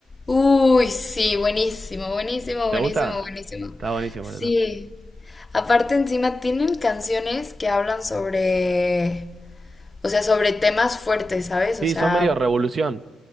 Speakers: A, on the left; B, on the right.
A: Uy, sí, buenísimo, buenísimo,
B: ¿Te
A: buenísimo,
B: gusta?
A: buenísimo.
B: Está buenísimo,
A: Sí.
B: Molotov.
A: Aparte encima tienen canciones que hablan sobre, o sea, sobre temas fuertes, ¿sabes?
B: Sí,
A: O sea,
B: son medio revolución.